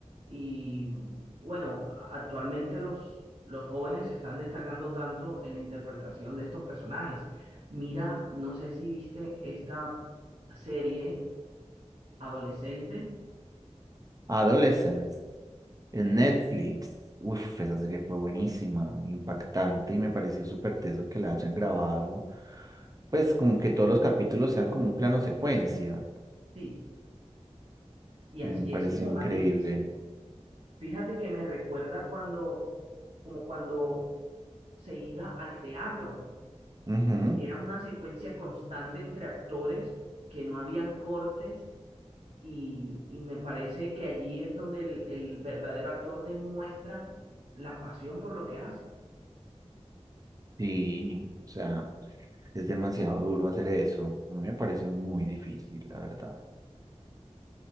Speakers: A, on the right; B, on the right.
A: y bueno, actualmente los, los jóvenes se están destacando tanto en la interpretación de estos personajes. Mira, no sé si viste esta serie adolescente.
B: Adolescence, en
A: Es-
B: Netflix. Uf, esa serie fue buenísima, impactante y me pareció súper teso que la hayan grabado. Pues como que todos los capítulos sean como un plano secuencia.
A: sí, y así
B: Eh, Me pareció
A: es como
B: increíble.
A: más difícil. Fíjate que me recuerda cuando, como cuando se iba al teatro.
B: Ujú.
A: Y era una secuencia constante entre actores que no habían cortes y, y me parece que allí es donde el, el verdadero actor demuestra la pasión por lo que hace.
B: Sí, o sea, es demasiado duro hacer eso. A mí me parece muy difícil, la verdad.